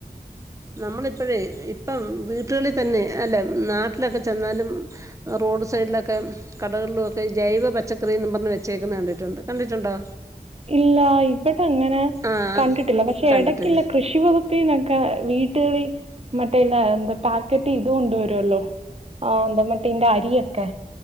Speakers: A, on the right; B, on the right.
A: നമ്മളിപ്പോഴേ ഇപ്പം വീട്ടുകളിൽ തന്നെ അല്ല നാട്ടിലൊക്കെ ചെന്നാലും റോഡ് സൈഡിലൊക്കെ കടകളിലുംക്കെ ജൈവ പച്ചക്കറിന്ന് പറഞ് വെച്ചേക്കുന്ന കണ്ടിട്ടുണ്ട് കണ്ടിട്ടുണ്ടോ
B: ഇല്ല ഇവിടെ അങ്ങനെ
A: ആഹ്
B: കണ്ടിട്ടില്ല പക്ഷെ
A: കണ്ടിട്ടില്ലേ
B: എടക്കുള്ള കൃഷി വകു പിന്നൊക്കെ വീട്ടുകളിൽ മറ്റേല്ല എന്താ പാക്കറ്റ് ഇത് കൊണ്ട് വരുല്ലോ <unintelligible> പിന്നെഅരിയൊക്കെ